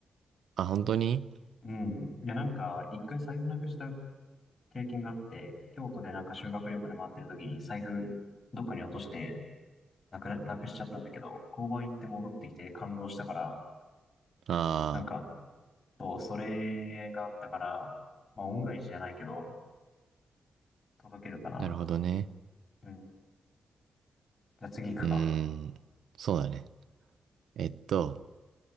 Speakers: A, on the right; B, on the left.
A: あ、本当に
B: うん。いや、なんか、一回財布なくした経験があって、京都でなんか修学旅行で回ってる時に財布どっかに落として、なくな、なくしちゃったんだけど、交番行って戻ってきて感動したから、
A: ああ
B: なんか、そう、それがあったから、まあ、恩返しじゃないけど、届けるかな。
A: ー、なるほどね。
B: うん。じゃあ次行くか。
A: うーん、そうだね。えっと、